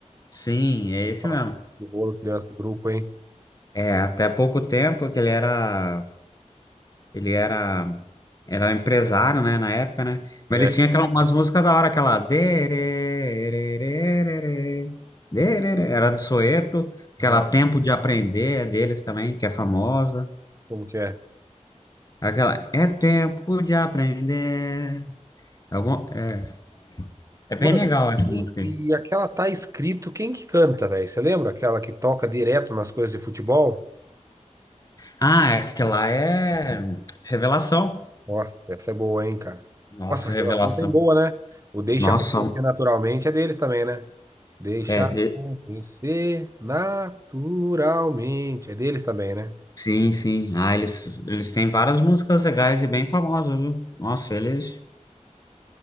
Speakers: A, on the left; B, on the right.
A: Sim, é esse
B: Nossa,
A: mesmo.
B: que rolo que deu esse grupo, hein?
A: É, até pouco tempo que ele era, ele era, era empresário, né, na época, né? Mas
B: É,
A: eles tinham aquela, umas músicas da hora, aquela... dererê, dererê, Era do Soeto, aquela
B: né?
A: Tempo de Aprender é deles também, que é famosa.
B: como que é?
A: Aquela É Tempo de Aprender. Algum, é, é bem
B: Mano,
A: legal essa
B: e,
A: música
B: e
A: aí.
B: e aquela tá escrito quem que canta, velho? Você lembra? Aquela que toca direto nas coisas de futebol?
A: Ah, é, aquela é Revelação.
B: Nossa, essa é boa, hein, cara?
A: Nossa,
B: Nossa, a revelação
A: Revelação.
B: tem boa, né? O Deixa
A: Nossa,
B: Acontecer Naturalmente é deles também, né? Deixa
A: é,
B: acontecer naturalmente. É deles também, né?
A: Sim, sim. Ah, eles, eles têm várias músicas legais e bem famosas, viu? Nossa, eles.